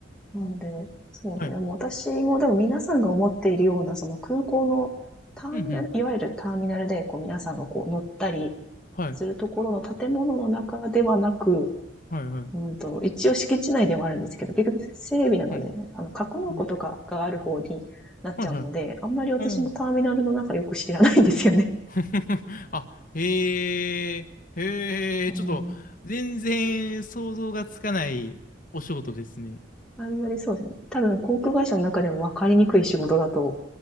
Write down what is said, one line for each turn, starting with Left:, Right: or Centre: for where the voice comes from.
Centre: うなので、
Left: あ
Centre: そうですね。
Left: はい。
Centre: でも私も、でも皆さんが思っているような、その空港のターミナル、
Left: うんうん。
Centre: いわゆるターミナルで、こう皆さんがこう乗ったり
Left: はい。
Centre: するところの建物の中ではなく、
Left: はいはい。
Centre: うんと、一応敷地内ではあるんですけど、結局整備なので、
Left: うん。
Centre: あの、格納庫とかがある方になっちゃうので、
Left: うんはいはい。
Centre: あんまり私もターミナルの中よく知らないんですよね。
Left: うん。<laughs> あ、へえ、へえ、
Centre: うん。
Left: ちょっと、全然想像がつかないお仕事ですね。
Centre: あんまりそうですね。多分航空会社の中でも分かりにくい仕事だと